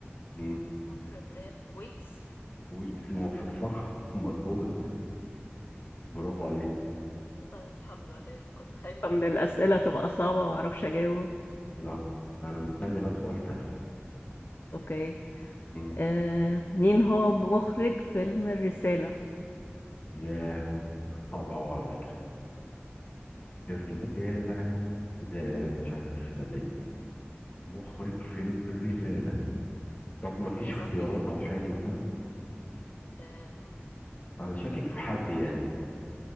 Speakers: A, on the left; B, on the left.
A: امم
B: مطرب راب ويجز
A: ويجز موف- صح مظبوط برافو عليك
B: طيب الحمد لله انا كنت خايفة من الأسئلة تبقى صعبة ومعرفش أجاوب
A: لا انا مستني بقى سؤال سهل
B: أوكي
A: امم
B: آه مين هو مخرج فيلم الرسالة
A: ياه صعب قوي على فكرة الرسالة ده مش عارف صدقني مخرج فيلم الرسالة طب ما فيش
B: سهل
A: اختيارات
B: جدا
A: او حاجة مثلا
B: آه،
A: انا
B: ممكن
A: شاكك
B: اقول
A: في حد يعني